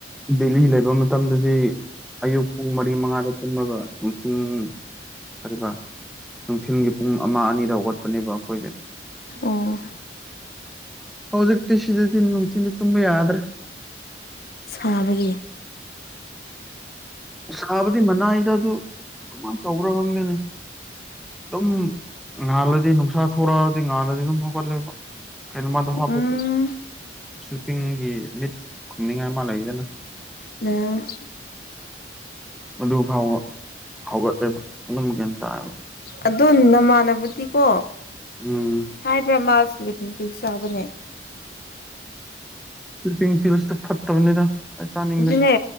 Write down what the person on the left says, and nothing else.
ꯑꯣ
ꯁꯥꯕꯒꯤ
ꯎꯝ
ꯂꯩꯌ‌ꯣ
ꯑꯗ‌ꯣ ꯅꯃꯥꯟꯅꯕꯗꯤꯀꯣ
ꯍꯥꯏꯕ꯭ꯔꯥ ꯃꯥꯁ ꯁ꯭ꯂꯤꯞꯄꯤꯡ ꯄꯤꯜ ꯆꯥꯕꯅꯦ
ꯑꯗꯨꯅꯦ